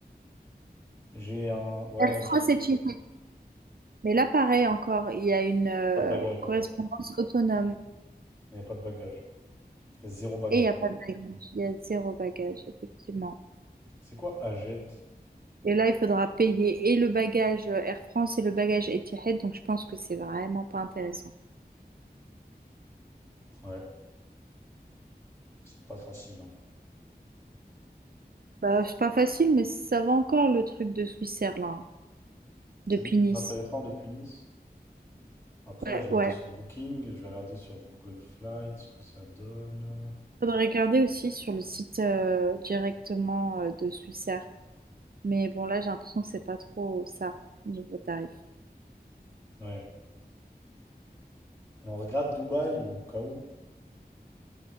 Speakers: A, on the left; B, on the right.
A: J'ai un. Ouais,
B: Air France
A: j'ai
B: et Etihad. Mais là, pareil encore, il y a une euh,
A: pas de bagage,
B: correspondance
A: ouais.
B: autonome
A: Il n'y a pas de bagage. Il y a zéro bagage.
B: et il n'y a pas de bagage. Il y a zéro bagage, effectivement.
A: C'est quoi Agette?
B: Et là, il faudra payer et le bagage euh, Air France et le bagage Etihad, donc je pense que c'est vraiment pas intéressant.
A: Ouais, c'est pas facile, hein.
B: Bah, c'est pas facile, mais ça va encore le truc de Swissair, là, hein, depuis
A: C'est lui le plus
B: Nice.
A: intéressant depuis Nice. Après,
B: Ouais,
A: là, j'ai regardé
B: ouais.
A: sur Booking, je vais regarder sur Google Flights ce que ça donne.
B: Faudrait regarder aussi sur le site euh, directement euh, de Swissair. Mais bon, là, j'ai l'impression que c'est pas trop ça, niveau tarif.
A: Ouais. Et on regarde Dubaï ou au cas où?